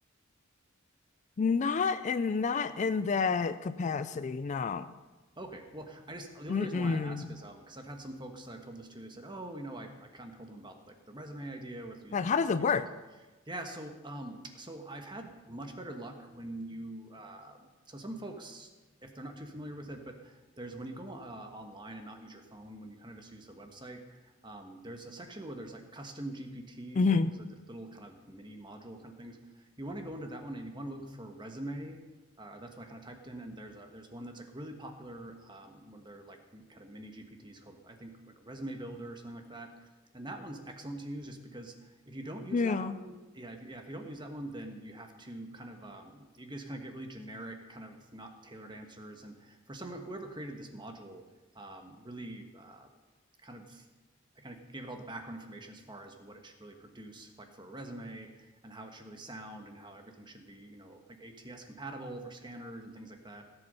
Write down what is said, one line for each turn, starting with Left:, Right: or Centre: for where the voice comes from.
Left: Not in not in that capacity, no.
Right: Okay. Well, I just the only
Left: Mm-mm.
Right: reason why I ask is um because I've had some folks that I've told this to. They said, "Oh, you know, I, I kind of told them about like the resume idea with using
Left: Like, how
Right: ChatGPT."
Left: does it work?
Right: Yeah. So um so I've had much better luck when you um so some folks if they're not too familiar with it, but there's when you go uh, online and not use your phone when you kind of just use the website. Um, there's a section where there's like custom GPTs.
Left: hmm
Right: uh, There's a this little kind of mini module kind of things. You want to go into that one and you want to look for resume uh, that's what I kind of typed in, and there's a, there's one that's like really popular, um, one of their like kind of mini GPTs called I think like Resume Builder or something like that, and that one's excellent to use just because if you don't use
Left: Yeah.
Right: that one, yeah, if, yeah, if you don't use that one, then you have to kind of um, you just kind of get really generic, kind of not tailored answers, and for some whoever created this module, um, really uh, kind of I kind of gave it all the background information as far as what it should really produce, like for a resume, and how it should really sound and how everything should be, you know, like ATS compatible for scanners and things like that.